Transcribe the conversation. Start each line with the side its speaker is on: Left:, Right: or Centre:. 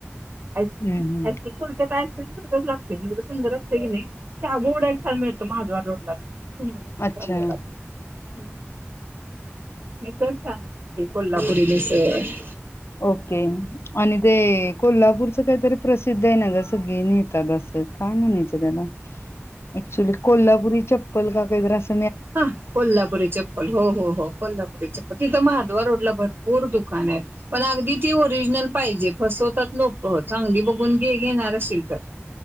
Right: आईस्क्रीम
Left: हम्म हम्
Right: आइस्क्रीम <inaudible> सारखंच लागते एवढ सुंदर असते की नाही चहा <inaudible> मिळतो महाद्वार रोडला तिथं.
Left: अच्छा
Right: ह् <inaudible> हम्म. मिसळ छान मिळती कोल्हापुरी मिसळ.
Left: ओके. आणि ते कोल्हापूर तिथं काय तरी प्रसिद्ध हाय ना ग सगळी म्हणतात असं काय म्हणायचं त्याला कोल्हापुरी अच चप्पल का काय कायतरी अस
Right: हा कोल्हापुरी चप्पल हो हो हो कोल्हापुरी चप्पल. तिथं महाद्वार रोडला भरपूर दुकानं आहेत पण अगदी ती ओरिजनल पाहिजे फसवतात लोकं चांगली बघून घे घेणार असशील तर.